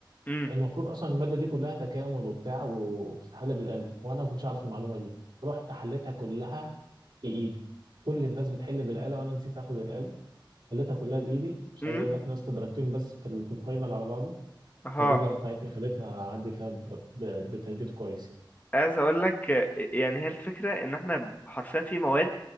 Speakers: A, on the left; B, on the right.
A: امم
B: المفروض اصلا الماده دي كلها تكامل وبتاع وبتتحل بالاله وانا ما كنتش اعرف المعلومه دي رحت حليتها كلها في ايدي كل الناس بتحل بالاله وانا نسيت اخد الاله حليتها كلها بايدي مش
A: امم
B: عايز اقول لك ناقصت درجتين بس في ال- في الفاينل على بعضه
A: اها
B: فدي اللي رفعتني خلتني اعدي فيها ب- ب- بتقدير كويس يعني
A: عايز اقول لك آه، يعني هي الفكره ان احنا حرفيا في مواد